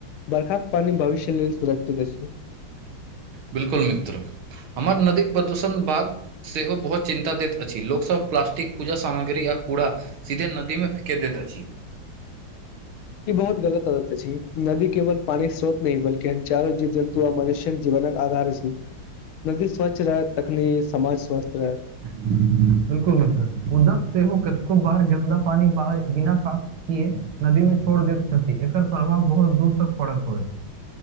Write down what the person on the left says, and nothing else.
बरखाक पान भविष्य लेल सुरक्षित अछि
ई बहुत गलत अदत अछी नदी केवल पानी कऽ स्रोत नै बल्कि हजारो जीव जन्तु आ मनुष्य जीवनक आधार अछी नदी स्वच्छ रहत तखनी समाज स्वस्थ रहत